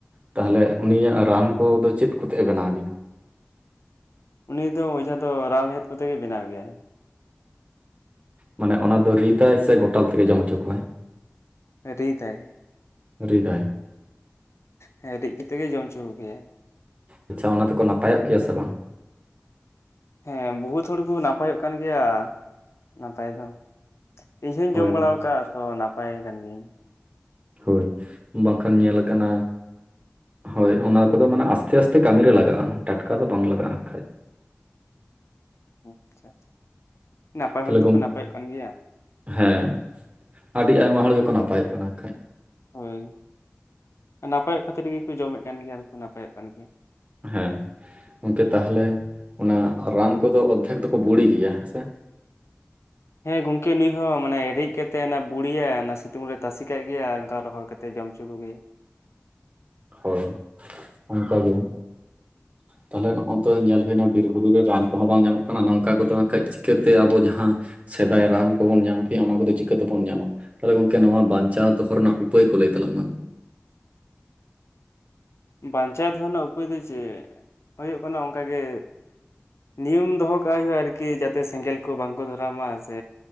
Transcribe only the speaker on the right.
ᱛᱟᱦᱚᱞᱮ ᱩᱱᱤᱭᱟᱜ ᱨᱟᱱ ᱠᱚᱫᱚ ᱪᱮᱫ ᱠᱚᱛᱮᱫ ᱮ ᱵᱮᱱᱟᱣ ᱜᱮᱭᱟ
ᱢᱟᱱᱮ ᱚᱱᱟ ᱫᱚ ᱨᱤᱫᱟᱭ ᱥᱮ ᱜᱚᱴᱟᱞ ᱛᱮᱜᱮ ᱡᱚᱢ ᱦᱚᱪᱚ ᱠᱚᱣᱟᱭ?
ᱨᱤᱫᱟᱭ᱾
ᱟᱪᱪᱷᱟ ᱚᱱᱟ ᱛᱮᱠᱚ ᱱᱟᱯᱟᱭᱚᱜ ᱜᱮᱭᱟ ᱥᱮ ᱵᱟᱝ?
ᱦᱳᱭ
ᱢᱟ
ᱦᱳᱭ ᱵᱟᱝᱠᱷᱟᱱ ᱧᱮᱞ ᱠᱟᱱᱟ ᱦᱳᱭ ᱚᱱᱟ ᱠᱚᱫᱚ ᱢᱟᱱᱮ ᱟᱥᱛᱮ ᱟᱥᱛᱮ ᱠᱟᱹᱢᱤ ᱨᱮ ᱞᱟᱜᱟᱜ-ᱟ ᱴᱟᱴᱠᱟ ᱫᱚ ᱵᱟᱝ ᱞᱟᱜᱟᱜ-ᱟ ᱦᱟᱸᱜᱠᱷᱟᱡ
ᱛᱟᱦᱚᱞᱮ
ᱜᱚᱝ
ᱦᱮᱸ ᱟᱹᱰᱤ ᱟᱭᱢᱟ ᱦᱚᱲ ᱜᱮᱠᱚ ᱱᱟᱯᱟᱭᱚᱜ ᱠᱟᱱᱟ ᱦᱟᱸᱜᱠᱷᱟᱡ
ᱦᱮᱸ ᱜᱚᱝᱠᱮ ᱛᱟᱦᱚᱞᱮ ᱚᱱᱟ ᱨᱟᱱ ᱠᱚᱫᱚ ᱚᱨᱫᱷᱮᱠ ᱫᱚᱠᱚ ᱵᱩᱲᱤ ᱜᱮᱭᱟ ᱦᱮᱸᱥᱮ
ᱦᱳᱭ ᱚᱱᱠᱟᱜᱮ ᱛᱟᱦᱚᱞᱮ ᱱᱚᱜ-ᱚᱭ ᱛᱚ ᱧᱮᱞ ᱦᱩᱭᱱᱟ ᱵᱤᱨ ᱵᱩᱨᱩ ᱨᱮ ᱨᱟᱱ ᱠᱚᱦᱚᱸ ᱵᱟᱝ ᱧᱟᱢᱚᱜ ᱠᱟᱱᱟ ᱱᱚᱝᱠᱟ ᱠᱚᱫᱚ ᱦᱟᱸᱜᱠᱷᱟᱡ ᱪᱤᱠᱟᱹᱛᱮ ᱟᱵᱚ ᱡᱟᱦᱟᱸ ᱥᱮᱫᱟᱭ ᱨᱟᱱ ᱠᱚᱵᱚᱱ ᱧᱟᱢ ᱠᱮ ᱚᱱᱟ ᱠᱚᱫᱚ ᱪᱤᱠᱟᱹ ᱛᱮᱵᱚᱱ ᱧᱟᱢᱟ ᱛᱟᱦᱚᱞᱮ ᱜᱚᱝᱠᱮ ᱱᱚᱣᱟ ᱵᱟᱧᱪᱟᱣ ᱫᱚᱦᱚ ᱨᱮᱱᱟᱜ ᱩᱯᱟᱹᱭ ᱠᱚ ᱞᱟᱹᱭ ᱛᱟᱞᱟᱝ ᱢᱮ